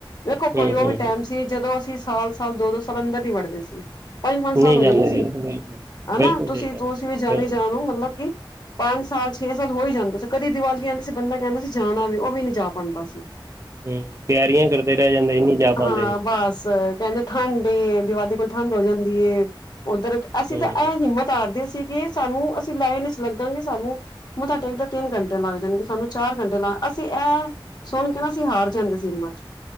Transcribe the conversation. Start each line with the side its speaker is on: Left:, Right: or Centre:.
Left: ਵੇਖੋ
Right: ਹਮ
Left: ਕੋਈ ਉਹ
Right: ਹਮ
Left: ਵੀ ਟਾਈਮ ਸੀ। ਜਦੋਂ ਅਸੀਂ ਸਾਲ-ਸਾਲ ਦੋ-ਦੋ ਸਾਲ ਅੰਦਰ ਨੀਂ ਵੜਦੇ ਸੀ। ਪੰਜ-ਪੰਜ ਸਾਲ
Right: ਨਹੀਂ
Left: ਹੋ ਜਾਂਦੇ ਸੀ
Right: ਜੀ ਬਿਲਕੁਲ
Left: ਹਨਾ
Right: ਬਿਲਕੁਲ
Left: ਤੁਸੀ-ਤੁਸੀ
Right: ਸਹੀ ਗੱਲ ਹੈ
Left: ਵੀ ਜਾਣੀ-ਜਾਣ
Right: ਬਿਲਕੁਲ
Left: ਓ ਮਤਲਬ ਕਿ ਪੰਜ ਸਾਲ ਛੇ ਸਾਲ ਹੋਈ ਜਾਂਦੇ ਸੀ ਕਦੀ ਦੀਵਾਲੀ ਆਂਦੀ ਸੀ ਬੰਦਾ ਕਹਿੰਦਾ ਸੀ ਜਾਣਾ ਵੀ ਉਹ ਵੀ ਨੀ ਜਾ ਪਾਂਦਾ ਸੀ।
Right: ਹੂੰ ਤਿਆਰੀਆਂ ਕਰਦੇ ਰਹਿ ਜਾਂਦੇ ਸੀ ਨਹੀਂ ਜਾ ਪਾਂਦੇ।
Left: ਹਾਂ ਬਸ ਕਹਿੰਦੇ ਠੰਡ ਏ ਦੀਵਾਲੀ ਕੋਲ ਠੰਢ ਹੋ ਜਾਂਦੀ ਏ ਉੱਧਰ
Right: ਹਮ
Left: ਅਸੀਂ ਤਾਂ ਐ
Right: ਹਮ
Left: ਹਿੰਮਤ ਤਾਰਦੇ ਸੀ ਕਿ ਸਾਨੂੰ ਅਸੀ ਲਾਈਨ ਵਿੱਚ ਲੱਗਾਂਗੇ ਸਾਨੂੰ ਮੱਥਾ ਟੇਕਦੇ ਤਿੰਨ ਘੰਟੇ ਲੱਗ ਜਾਂਦੇ ਸੀ ਸਾਨੂੰ ਚਾਰ ਘੰਟੇ ਲੱਗ ਅਸੀਂ ਐ ਸਾਨੂੰ ਕਹਿਣਾ ਸੀ ਹਾਰ ਜਾਂਦੇ ਸੀ ਹਿੰਮਤ